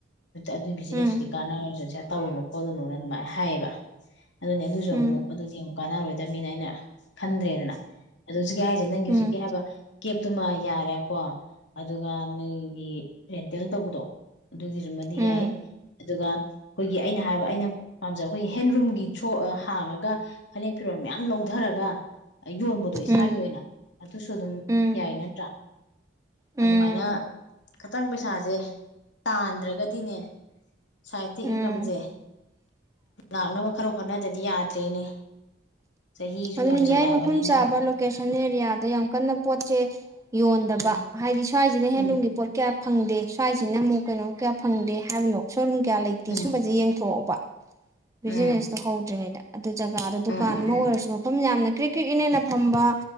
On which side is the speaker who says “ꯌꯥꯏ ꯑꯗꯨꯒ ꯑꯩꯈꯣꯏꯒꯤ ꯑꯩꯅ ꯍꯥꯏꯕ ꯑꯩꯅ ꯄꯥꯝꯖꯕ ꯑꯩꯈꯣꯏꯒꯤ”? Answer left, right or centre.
Left